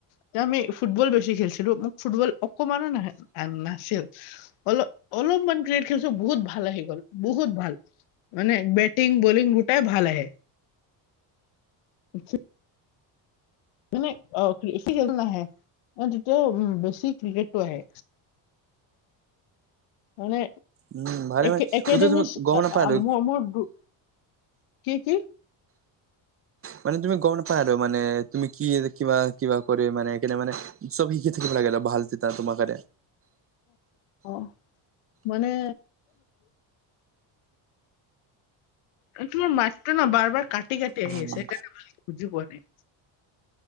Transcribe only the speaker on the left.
তে আমি ফুটবল বেছি খেলিছিলো মোক ফুটবল অকণমানো না নাছিল অলপ-অলপমান ক্ৰিকেট খেলিছিলো বহুত ভাল আহি গ'ল, বহুত ভাল। মানে বেটিং, বলিং দুটাই ভাল আহে। আচ্ছা। মানে খেল নাহে তেতিয়া বেছি ক্ৰিকেটো আহে। মানে
একাডেমি
মোৰ- কি' কি?
অহ মানে- তোমাৰ মাতটো ন' বাৰে-বাৰে, কাটি-কাটি
আহি আছে সেইকাৰণে বুজি পোৱা নাই।